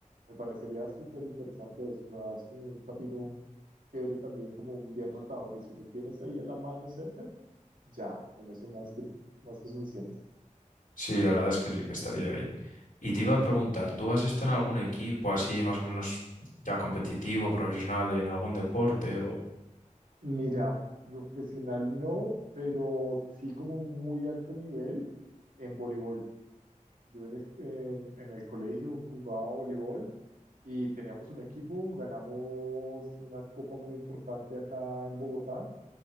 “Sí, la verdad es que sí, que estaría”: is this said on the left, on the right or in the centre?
Left